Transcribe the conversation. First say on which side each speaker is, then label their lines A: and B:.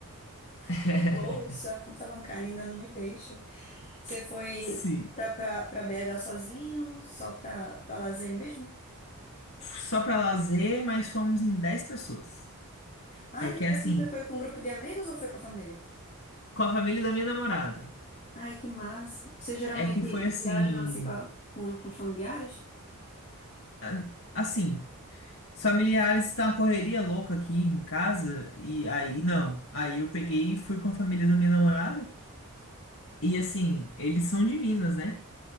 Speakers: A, on the left; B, on the left.
A: <laughs>
B: <laughs>
A: o bolso, a conta bancária ainda não me deixa. Você foi
B: Sim.
A: pra, pra, pra BH sozinho, só pra, pra lazer mesmo?
B: Só pra lazer, mas fomos em 10 pessoas.
A: Ah,
B: É
A: que
B: que
A: legal.
B: é assim,
A: Você foi com um grupo de amigos ou foi com a família?
B: com a família da minha namorada.
A: Ai, que massa. Vocês geralmente
B: É que foi assim.
A: viajam assim com, a- com, com os familiares?
B: a- Assim, Os familiares tá uma correria louca aqui em casa, e aí não. Aí eu peguei e fui com a família da minha namorada. E assim, eles são de Minas, né?